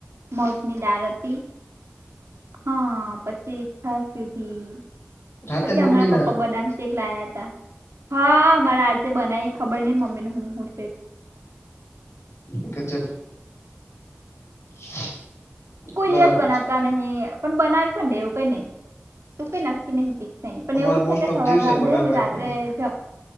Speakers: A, on the right; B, on the left.
A: મગની દળ હતી. હા પછી ઈચ્છા સુધી
B: રાતે
A: પછી
B: મગની
A: અમારા પપ્પા
B: દાળ
A: બદામ. કેક લાયા હતા હા મારે આજે બનાવી ખબર નહિ મમ્મી ને હું હું
B: ઓકે જબ. <inaudible>
A: કોઈ
B: બરાબર
A: દિવસ બનાવતા
B: છે
A: નહી પણ બનાવી પણ દેવું કઈ નહી તું કઈ નક્કી નહ. નહી પણ
B: અમારે
A: એવું
B: મોસ્ટ
A: છે કે
B: ઓફ
A: સવાર
B: દિવસે
A: રાંધે
B: બનાવે
A: ને
B: એટલે
A: રાત્રે જ